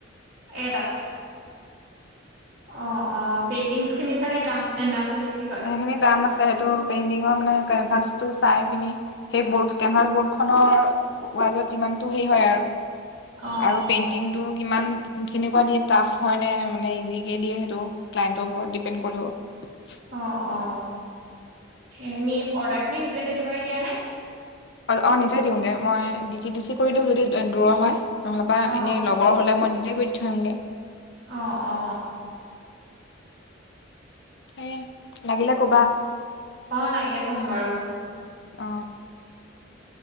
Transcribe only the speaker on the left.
সেইখিনি দাম আছে হয়তো পেইণ্টিঙৰ মানে কেনভাচটো চাই পিনি সেই বৰ্ড কেনভাছ বৰ্ড খনৰ ৱাজত যিমানটো সেই হয় আৰু।
আৰু
পেইন্টিংটো কিমান কেনেকুৱা দিয়ে টাফ হয় নে মানে ইজিকে দিয়ে সেইটো ক্লায়ন্টৰ ওপৰত ডিপেণ্ড কৰিব।
অ অ নিজে দিওঁগে মই ডিটি ডিচি কৰি দিওঁ যদি দূৰৰ হয়। নহ'লেবা
এনে লগৰ হ'লে মই নি যে কৰি দি ঠয় আহোংগে।
এয়ে লাগিলে কবা?
অ